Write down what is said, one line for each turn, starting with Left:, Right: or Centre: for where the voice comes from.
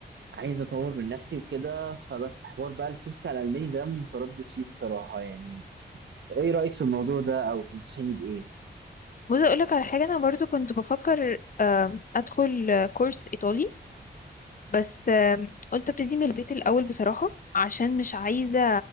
Right: عايز اطور من نفسي وكده فبس حوار بقى الكورس بتاع الالماني ده متردد فيه الصراحه يعني ايه رايك في الموضوع ده او تنصحيني بايه
Left: بص اقول لك على حاجه انا برضو كنت بفكر آم، ادخل آه، كورس ايطالي بس آم، قلت ابتدي من البيت الاول بصراحه عشان مش عايزه